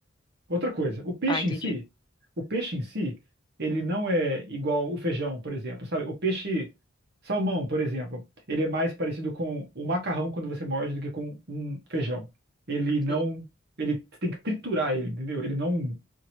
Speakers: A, on the right (about 55°); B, on the left (about 20°).
A: Outra coisa, o peixe
B: Ah, entendi.
A: em si, o peixe em si, ele não é igual o feijão, por exemplo, sabe? O peixe salmão, por exemplo, ele é mais parecido com o macarrão quando você morde do que com um feijão. Ele não.
B: Sim.
A: Ele tem que triturar ele, entendeu? Ele não